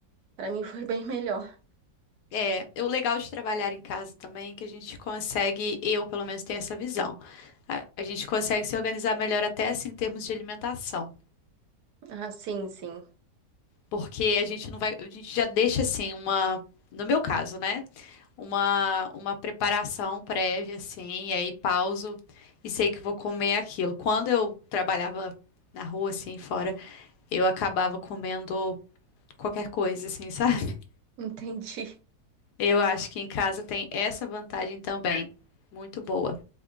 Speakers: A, on the right (about 70°); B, on the left (about 70°).
A: pra mim <laughs> foi bem melhor.
B: É, e o legal de trabalhar em casa também é que a gente consegue, eu pelo menos tenho essa visão, a, a gente consegue se organizar melhor até assim, em termos de alimentação,
A: Ah, sim, sim.
B: porque a gente não vai, a gente já deixa assim uma, no meu caso, né? Uma, uma preparação prévia assim, e aí pauso e sei que vou comer aquilo. Quando eu trabalhava na rua assim, fora eu acabava comendo qualquer coisa, assim, sabe?
A: Entendi.
B: Eu acho que em casa tem essa vantagem também. Muito boa.